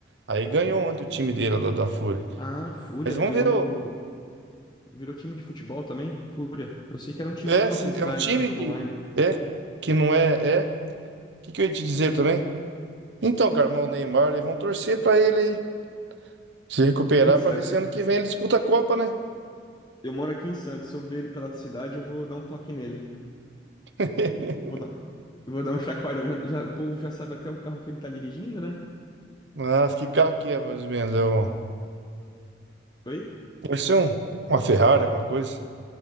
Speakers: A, on the right (about 80°); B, on the left (about 25°).
A: Aí ganhou ontem o time dele lá da, da Fúria.
B: Ah, Fúria
A: Mas vamos
B: virou
A: ver.
B: virou time de futebol também? Fúria. Eu sei que era um time
A: É,
B: de Counter-Strike,
A: se- é um time
B: um jogo
A: de.
B: online.
A: É, que não é. É. O que, que eu ia te dizer também? Então, cara, mas o Neymar, eles vão torcer pra ele aí se recuperar
B: Pois
A: pra
B: é,
A: ver
B: se-
A: se ano que vem ele disputa a Copa, né?
B: eu moro aqui em Santos. Se eu ver ele pela cidade, eu vou dar um toque nele.
A: <laughs>
B: Eu vou dar, eu vou dar um chacoalhão. Já, já- o povo já sabe até o carro que ele tá dirigindo, né?
A: Mas que carro que é, mais ou menos? É um-
B: Oi?
A: Deve ser um, uma Ferrari, alguma coisa.